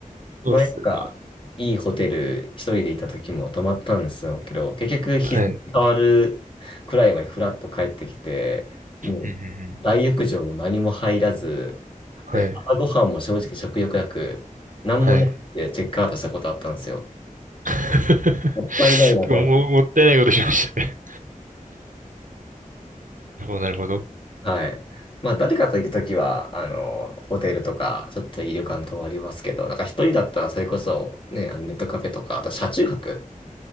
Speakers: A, on the right; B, on the left.
A: そうっすよね。
B: 前なんか、いいホテル一人でいた時も泊まったんですよけど、結局日付変わるくらいまでフラッと帰ってきて、
A: はい。
B: もう大浴場も何も入らず、
A: うんうん
B: で、
A: うん。はい。
B: 朝ごはんも正直食欲なく、何もなくてチェックアウトしたことあったんですよ。
A: はい。<laughs>
B: もったいないなと
A: 今日も、もったいないことしましたね。なるほど、なるほど。
B: はい。まあ、誰かと行くときは、あの、ホテルとか、ちょっといい旅館泊まりますけど、なんか一人だったらそれこそ、ね、あのネットカフェとか、あと車中泊。